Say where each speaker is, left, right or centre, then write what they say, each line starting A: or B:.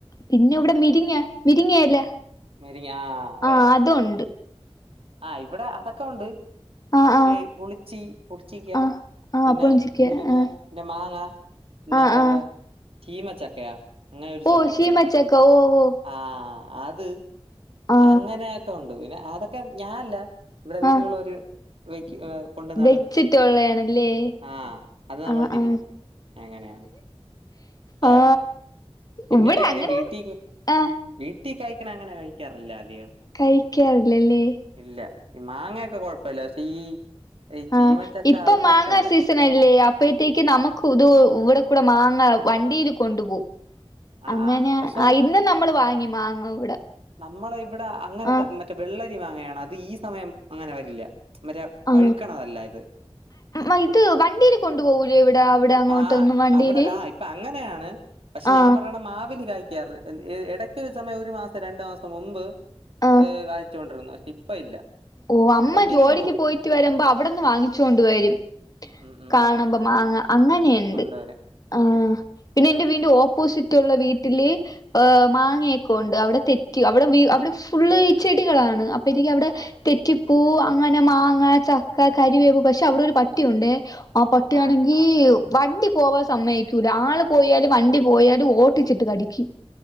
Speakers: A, on the left; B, on the right.
A: പിന്നെ ഇവിടെ മിരിങ്ങ മിരിങ്ങെല്ല
B: മുരിങ്ങ അറിയാം
A: ആ അതൊണ്ട്
B: ആ ഇവിടെ അതൊക്കെ ഉണ്ട്
A: ആ ആ
B: ഏ പുളിച്ചി പുളിച്ചിക്കാ
A: ആ ആ
B: പിന്നെ
A: പുളിഞ്ചിക്ക
B: മുരിങ്ങിയ
A: ആ
B: പിന്നെ മാങ്ങ പിന്നെ
A: ആ
B: വേറെ
A: ആ
B: ചീമ ചക്കയാ അങ്ങനെ ഒരു
A: ഓ
B: സംഭവം
A: ഷീമച്ചക്ക
B: ഉണ്ടല്ലോ
A: ഓ ഓ
B: ആഹ് അത്
A: ആ
B: അങ്ങനെയൊക്കെ ഉണ്ട് പിന്നെ അതൊക്കെ ഞാആല്ല ഇവിടെ വീട്ടിലുള്ള
A: ആ
B: ഒര് ഏ കൊണ്ടു നടും
A: വെച്ചിട്ടുള്ളയാണല്ലേ
B: ആ അത് നമ്മള്
A: ആ
B: തിന്നും
A: ആ
B: എങ്ങനെയാണ് അത
A: ആ
B: പിന്നെരു
A: ഇവിടെ
B: കാര്യം
A: അങ്ങനെ
B: വീട്ടിൽ
A: ആ
B: വീട്ടിൽ കഴിക്കണം അങ്ങനെ കഴിക്കാറില്ല ആതിക
A: കഴിക്കാറില്ലല്ലേ
B: ഇല്ല ഈ മാങ്ങയൊക്കെ കൊഴപ്പല്ല പക്ഷെ ഈ ഈ
A: ആഇപ്പൊ
B: ചീമച്ചക്ക അതൊന്നും
A: മാങ്ങാ
B: ഇഷ്ടല്ല.
A: സീസൺ അല്ലേ അപ്പഴത്തേക്ക് നമുക്ക് ഇത് ഇവിടെ കൂടെ മാ ങ്ങവണ്ടിൽ കൊണ്ടു പോവുംഅങ്ങനെ
B: ആഹ് ആഹ് പക്ഷെ
A: ആ ഇന്നും നമ്മൾ വാങ്ങി മാങ്ങ ഇവിടെ
B: നമ്മളെ ഇവിടെ അങ്ങനെത്തെ
A: ആ
B: മറ്റേ വെള്ളരി മാങ്ങയാണ് അത് ഈ സമയം അങ്ങനെ വരില്ല. മറ്റെപഴുക്കണതല്ല
A: ആ
B: ഇത്
A: ആ ഇത് വണ്ടിയില് കൊണ്ടു പോകൂലേ ഇവിടെ അവിടെ അങ്ങോട്ടൊന്നും
B: ആ
A: വണ്ടിയില്
B: അവിടെ ആ ഇപ്പൊ അങ്ങനെയാണ് പക്ഷെ
A: ആ
B: ഞാൻ പറയണം മാവില്കായ ക്കാറ്ഇടയ്ക്ക ഒരു സമയം ഒരു മാസം രണ്ട് മാസം മുമ്പ്
A: ആ
B: കാഴിച്ചോണ്ടിരുന്നു പക്ഷെ ഇപ്പ ഇല്ല
A: ഓ അമ്മ
B: വണ്ടിയിൽ
A: ജോലിക്ക്
B: കൊണ്ടുപോകും
A: പോയിട്ട് വരുമ്പോ അവിടെന്ന് വാങ്ങിച്ചോണ്ട് വരും.
B: ഉം ഉം
A: കാണുമ്പം
B: ഉം
A: മാങ്ങ അങ്ങനെയുണ്ട്
B: കൊണ്ടുവരും
A: ആ
B: ഓഹ്
A: പിന്നെ എന്റെ ഓപ്പോസിറ്റ് ഉള്ള വീട്ടില് മാങ്ങയൊക്കെണ്ട് അവിടെ തെറ്റി അവിടെ ഫുൾ ഈ ചെടികളാണ് അപ്പ എനിക്ക് അവിടെ
B: ആഹ്
A: തെറ്റിപ്പൂ അങ്ങനെ മാങ്ങ ചക്ക കരിവേപ്പ് പക്ഷെ അവിടെ ഒരു പട്ടിയുണ്ട് ആ പട്ടിയാണെങ്കി
B: ആഹ്
A: വണ്ടി പോവാൻ സമ്മയിക്കൂല ആള് പോയാല് വണ്ടി പോയാല് ഓട്ടിച്ചിട്ട് കടിക്കും